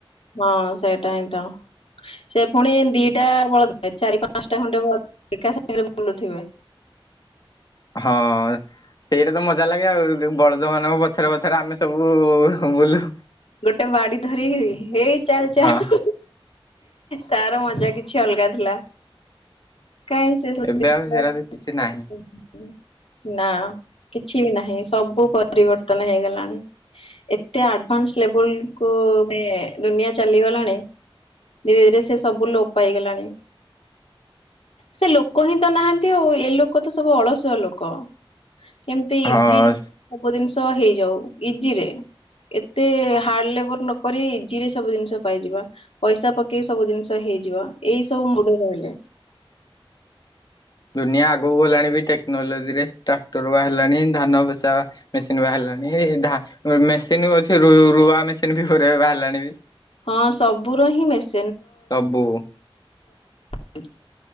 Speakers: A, on the left (about 90°); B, on the left (about 45°).
A: ହଁ ସେଇଟା ହିଁ ତ। ସେ ପୁଣି ଦିଟା ବଳଦ ନୁହେଁ ଚାରି ପାଞ୍ଚଟା ଖଣ୍ଡେ ବଳଦ। ଏକାସାଙ୍ଗରେ ବୁଲୁଥିବେ।
B: ହଁ ସେଇଟା ତ ମଜା ଲାଗେ ଆଉ ବଳଦ ମାନଙ୍କ ପଛରେ ପଛରେ ଆମେ ସବୁ ବୁଲୁ।
A: ଗୋଟେ ବାଡି ଧରିକି ହେଇ ଚାଲ ଚାଲ।
B: ହଁ
A: ତାର ମଜା କିଛି ଅଲଗା ଥିଲା। କାଇଁ ସେ <unintelligible>
B: ଏବେ ଆଉ ସେରା ବି କିଛି ନାହିଁ
A: ନା କିଛି ବି ନାହିଁ ସବୁ ପରିବର୍ତ୍ତନ ହେଇଗଲା। ଏତେ ଆଡଭାନ୍ସ ଲେବଲୁ କୁ ମେ ଦୁନିଆ ଚାଲିଗଲାଣି ଧୀରେ ଧୀରେ ସେ ସବୁ ଲୋପ ପାଇଗଲାଣି। ସେ ଲୋକ ହିଁ ତ ନାହାନ୍ତି ଆଉ ଏ ଲୋକ ତ ସବୁ ଅଳସୁଆ ଲୋକ। କେମିତି
B: ହଁ।
A: ଇଜି ସବୁ ଜିନିଷ ହେଇଯାଉ ଇଜି ରେ ଏତେ ହାର୍ଡ ଲେବୁଲ ନକରି ଇଜି ରେ ସବୁ ଜିନିଷ ପାଇଯିବା ପଇସା ପକେଇ ସବୁ ଜିନିଷ ହେଇ ହେଇଯିବ ଏଇ ସବୁ ମୁଣ୍ଡ ରେ ରହିଲେ।
B: ଦୁନିଆ ଆଗକୁ ଗଲାଣି ବି ଟେ କ୍ନୋଲୋଜିରେ ଟ୍ରାକ୍ଟର ବାହାରିଲାଣି ଧାନ ପେସା ମେସିନ ବାହାରିଲାଣି ଧା ମେସିନି ଅଛି ରୁଆମେସିନ ବି ଗୁରେ ବାହାରିଲାଣି ବି।
A: ହଁ ସବୁର ହିଁ ମେସ
B: ସବୁ।
A: <unintelligible>